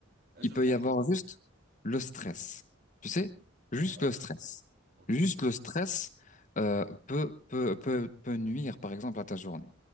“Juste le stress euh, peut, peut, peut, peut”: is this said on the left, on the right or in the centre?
Left